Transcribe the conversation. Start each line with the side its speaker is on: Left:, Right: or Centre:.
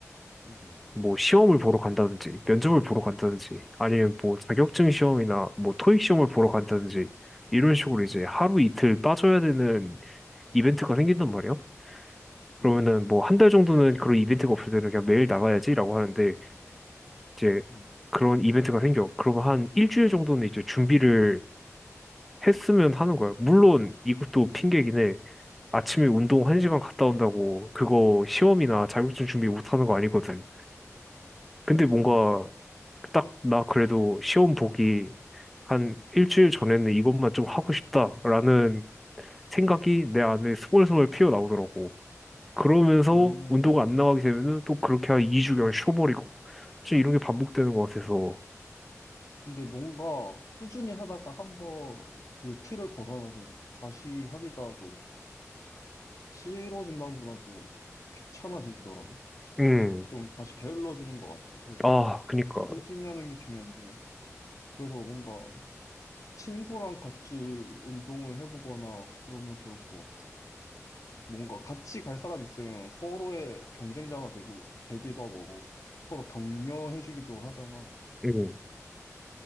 Left: 응.
Centre: 뭐 시험을 보러 간다든지 면접을 보러 간다든지
Left: 음,
Centre: 아니면 뭐 자격증
Left: 음.
Centre: 시험이나 뭐 토익 시험을 보러 간다든지 이런 식으로 이제
Left: 응.
Centre: 하루 이틀 빠져야 되는 이벤트가 생긴단 말이야.
Left: 응.
Centre: 그러면은 뭐 한 달 정도는 그런 이벤트가 없을 때는 그냥 매일 나가야지라고 하는데 이제
Left: 응.
Centre: 그런 이벤트가 생겨. 그러면 한 일주일 정도는 이제 준비를 했으면 하는 거야. 물론 이것도 핑계긴 해. 아침에 운동 한시간
Left: 응.
Centre: 갔다 온다고 그거 시험이나 자격증 준비 못 하는 거 아니거든. 근데 뭔가
Left: 응.
Centre: 딱 나 그래도 시험 보기 한 일주일 전에는 이것만 좀 하고 싶다라는 생각이 내 안에 스멀스멀 피어나오더라고. 그러면서
Left: 응.
Centre: 운동 안 나가게 되면은 또 그렇게 한 2주간 쉬어버리고. 사실 이런 게 반복되는 것 같아서.
Left: 근데 뭔가 꾸준히 하다가 한번 그 틀을 벗어나면 다시 하기가 좀 싫어진다기보다는 좀 귀찮아지더라고.
Centre: 음,
Left: 좀 다시 게을러지는 것 같아. 그래서
Centre: 아, 그니까.
Left: 꾸준히 하는 게 중요한데. 그래서 뭔가 친구랑 같이 운동을 해보거나 그러면 좋을 것 같아. 뭔가 같이 갈 사람 있으면 서로의 경쟁자가 되고, 되기도 하고, 서로 격려해주기도 하잖아.
Centre: 음,